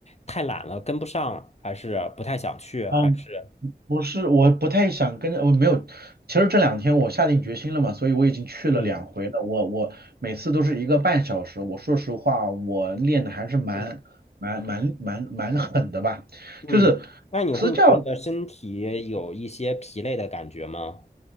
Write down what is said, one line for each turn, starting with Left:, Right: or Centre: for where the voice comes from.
Left: 太懒了跟不上，还是不太想去，
Right: 嗯，
Left: 还是
Right: 不是，我不太想跟着我没有。其实这两天我下定决心了嘛，所以我已经去了两回了。
Left: 嗯
Right: 我我每次都是一个半小时。我说实话，我练的还是蛮蛮蛮蛮蛮狠的吧。
Left: 嗯嗯？
Right: 就是
Left: 那你会觉得身体有一些疲累的感觉吗？
Right: 私教，